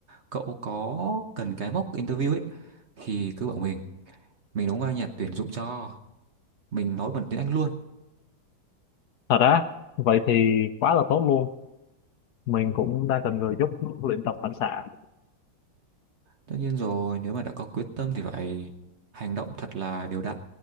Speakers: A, on the right (about 45°); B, on the left (about 70°).
A: cậu có cần cái mock interview ấy thì cứ bảo mình mình đóng vai nhà tuyển dụng cho mình nói bằng tiếng Anh luôn
B: thật á vậy thì quá là tốt luôn mình cũng đang cần người giúp luyện tập phản xạ
A: Tất nhiên rồi, nếu mà đã có quyết tâm thì phải hành động thật là đều đặn.